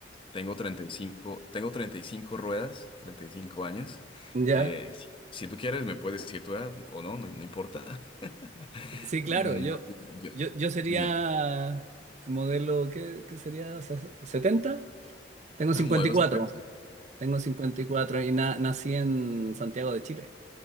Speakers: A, on the left (about 30°); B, on the right (about 40°).
A: Tengo 35, tengo 35 ruedas, 35 años.
B: ya.
A: Eh, si, si tú quieres, me puedes decir tu edad o no, no, no importa. <laughs>
B: Sí, claro,
A: Mm,
B: yo,
A: yo-
B: yo, yo sería
A: dime,
B: modelo, ¿qué, qué sería? ¿Se- ¿70? Tengo 54,
A: <laughs> modelo setenta.
B: tengo 54 y cuatro y na- nací en Santiago de Chile.